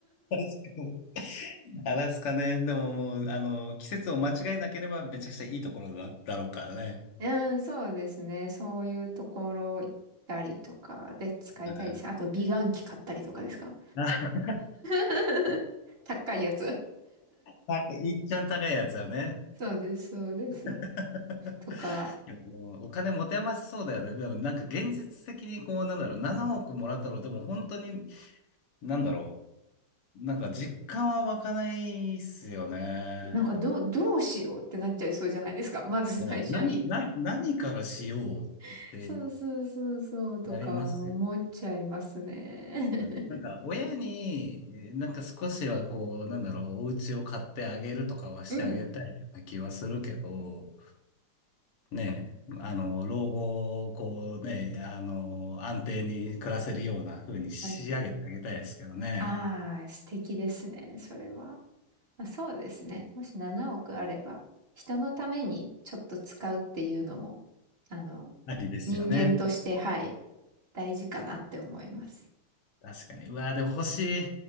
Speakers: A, on the left; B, on the right.
A: 確かに。アラスカね。でももう、あの、季節を間違えなければめちゃくちゃいいところだ、だろうからね。
B: うん、そうですね。そういうところ行ったりとかで使いたいです。
A: <laughs>
B: あと、美顔器買ったりとかですか
A: うん。あ、
B: <laughs> 高いやつ
A: 高いいっちゃん高いやつはね。
B: そうです、そうです。
A: <laughs>
B: とか、
A: いやでもお金持て余しそうだよね。でもなんか現実的にこう、なんだろう、7億もらったら、でも本当に、なんだろう、なんか実感は湧かないっすよね。
B: なんかどう、どうしようってなっちゃいそうじゃないですか。まず最初に。
A: うん何、な、何からしようって
B: <laughs> そうそうそうそうとか思っちゃいますね。
A: なりますよね。うん、
B: <laughs>
A: なんか、親に、えなんか少しはこう、なんだろう、お家を買ってあげるとかはしてあげたいような気はするけど、
B: うん。
A: ねえ、あの、老後をこうね、あの、安定に暮らせるような風に仕上げてあげたいですけどね。
B: はい。ああ、素敵ですね、それは。まあ、そうですね。もし7億あれば、人のためにちょっと使うっていうのも、あの、
A: ありですよね。
B: 人間として、はい、大事かなって思います。
A: 確かに。うわーでも欲しい。